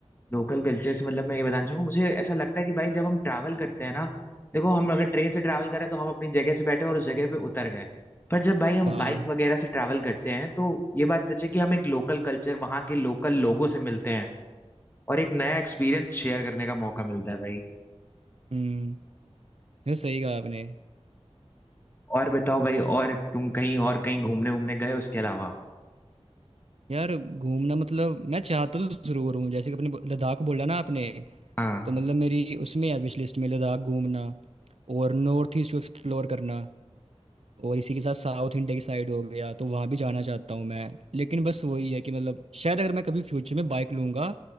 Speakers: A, on the left; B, on the right.
A: लोकल कल्चर से मतलब मैं ये बताना चाहूंगा मुझे ऐसा लगता है कि भाई जब हम ट्रैवल करते हैं ना देखो हम अगर ट्रेन से ट्रैवल करें तो हम अपनी जगह से बैठे और उस जगह पे उतर गए पर जब भाई हम
B: हाँ
A: बाइक वगैरह से ट्रैवल करते हैं तो ये बात सच है कि हम एक लोकल कल्चर वहाँ के लोकल लोगों से मिलते हैं और एक नया एक्सपीरियंस शेयर करने का मौका मिलता है भाई
B: हम्म ये सही कहा आपने
A: और बताओ भाई और तुम कहीं और कहीं घूमने घूमने गए उसके अलावा
B: यार घूमना मतलब मैं चाहता तो ज़रूर हूँ जैसे कि अपने ब- लद्दाख बोला ना आपने
A: हाँ
B: तो मतलब मेरी उसमें है विश लिस्ट में लद्दाख घूमना और नॉर्थ ईस्ट को एक्सप्लोर करना और इसी के साथ साउथ इंडिया की साइड हो गया तो वहाँ भी जाना चाहता हूँ मैं लेकिन बस वही है कि मतलब शायद अगर मैं कभी फ्यूचर में बाइक लूँगा